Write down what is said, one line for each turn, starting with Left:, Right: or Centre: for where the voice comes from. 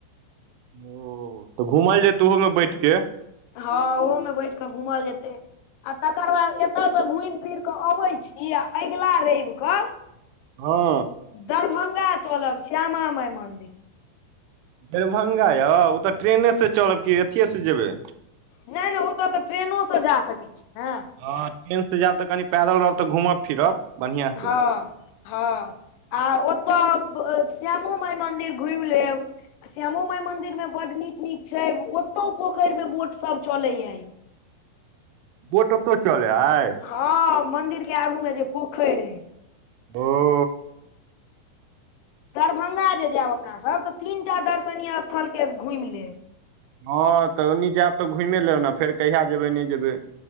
Right: ओ तऽ घूमल जैते ओहोमे बैठके
Left: हँ ओहोमे बैठ कऽ घूमल जेतै आ तकर बाद एत से घूमि फिर के अबै छी आ अगिला रइब क
Right: हँ
Left: दरभंगा चलब श्यामा माई मंन्दिर
Right: दरभंगा यौ ओ तऽ ट्रेनेसँ चलब कि अथिए स जेबै
Left: नहि नहि ओतय तऽ ट्रेनोसँ जा सकै छी ने
Right: हँ ट्रेन से जैब तऽ कनि पैदल रहब तऽ घूमब फिरब बढ़िआँ से
Left: हँ हँ आ ओतऽ श्यामो माई मंन्दिर घुमि लेब आ श्यामो माई मंदिर में बड नीक-नीक छै ओतौ पोखरि में बोट सब चले या यौ
Right: बोट ओतहु चल आइ
Left: हँ मंदिर के आगू में जे पोखरि अए
Right: <unintelligible>
Left: दरभंगा जे जायब अपना सब तऽ तीन टा दर्शनीय स्थल के घुमि लेब
Right: हँ तऽ ओनी जैब तऽ घुमें लेब ने फेर कहिया जेबै नहि जेबै